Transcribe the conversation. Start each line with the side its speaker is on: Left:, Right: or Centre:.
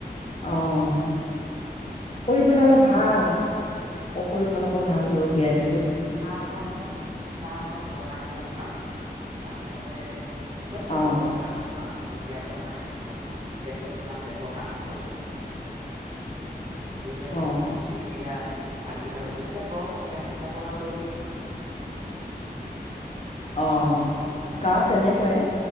Left: অহ, কৰি পেলালে? ভাল। সকলো ফালৰ পৰা ভাল। ৰৌ পিয়াজ
Right: চাহকন চাহকন বনাই পেলাই খাওঁ। তাৰ পিছতে তৎ
Left: অ
Right: মুহূৰ্তত ভাত <unintelligible> তেতিয়া বনাই এনে মই গেছত ইমান ব্যৱহাৰ নকৰো <inaudible> মই জুইতেই
Left: অ
Right: ভাল পাওঁ, জুইত এয়া। ভাতকেইটা <unintelligible> এতিয়া গৰমত গেছত ব্যৱহাৰ কৰিম মই।
Left: অহ, গাঁৱত তেনেকুৱাই।